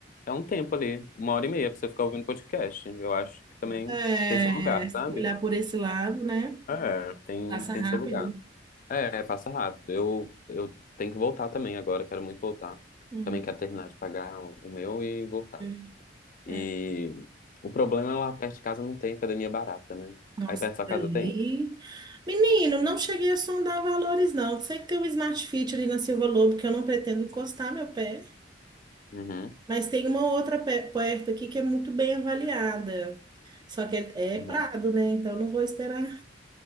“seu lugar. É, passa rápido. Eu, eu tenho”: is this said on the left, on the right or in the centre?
Left